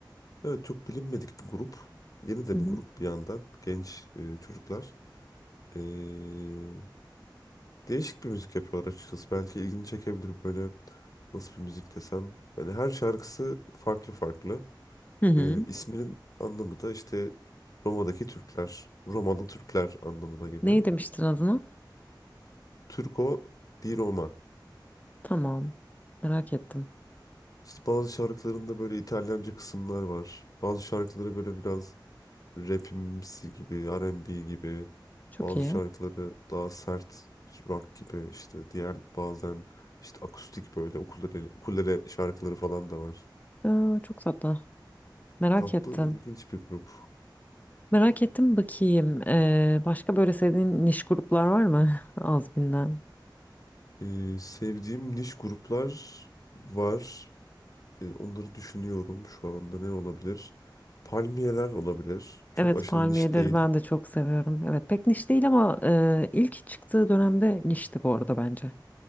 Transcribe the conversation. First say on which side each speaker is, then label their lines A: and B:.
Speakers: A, on the left; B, on the left.
A: Evet çok bilinmedik bir grup. Yeni de
B: Hı hı.
A: bir grup bir yandan. Genç eee, çocuklar. Eee, değişik bir müzik yapıyorlar açıkçası. Belki ilgini çekebilir böyle nasıl bir müzik desem. Yani her şarkısı farklı farklı.
B: Hı hı.
A: E, isminin anlamı da işte Roma'daki Türkler, Romalı Türkler anlamına geliyor.
B: Neyi demiştin adına?
A: Turco di Roma.
B: Tamam. Merak ettim.
A: İşte bazı şarkılarında böyle İtalyanca kısımlar var. Bazı şarkıları böyle biraz rapimsi gibi, R&B gibi.
B: Çok
A: Bazı
B: iyi.
A: şarkıları daha sert rock gibi işte diğer bazen işte akustik böyle ukulele, ukulele şarkıları falan da var.
B: Aa, çok tatlı. Merak
A: Tatlı
B: ettim.
A: ilginç bir grup.
B: Merak ettim bakayım. Ee, başka böyle sevdiğin niş gruplar var mı? <laughs> Az bilinen.
A: E, sevdiğim niş gruplar var. E, onları düşünüyorum şu anda ne olabilir? Palmiyeler olabilir. Çok
B: Evet
A: aşırı
B: palmiyeleri
A: niş değil.
B: ben de çok seviyorum. Evet pek niş değil ama e, ilk çıktığı dönemde nişti bu arada bence.